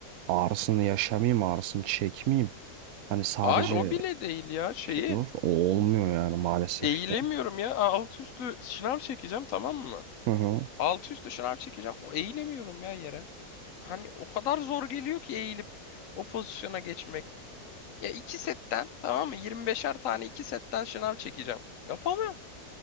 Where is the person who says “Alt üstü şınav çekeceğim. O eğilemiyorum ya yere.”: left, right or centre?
Left